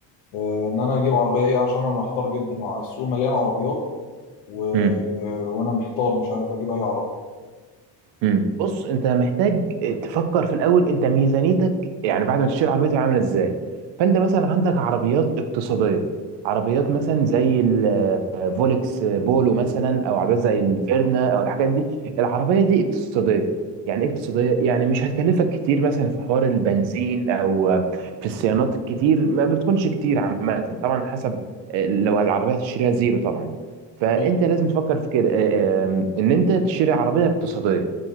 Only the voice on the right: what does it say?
مم.
مم. بص انت محتاج تفكر في الاول انت ميزانيتك يعني بعد ما تشتري عربيتك عامله ازاي فانت مثلا عندك عربيات اقتصاديه عربيات مثلا زي ال فولكس بولو مثلا او عربيات زي الفيرنا او الحاجات دي العربيه دي اقتصاديه يعني ايه اقتصاديه يعني مش هتكلفك كتير مثلا في حوار البنزين او في الصيانات الكتير ما بتكونش كتير عامه طبعا حسب آه، لو العربيه هتشتريها زيرو طبعا فانت
لازم تفكر في كده آه، آه، ان انت تشتري عربيه اقتصاديه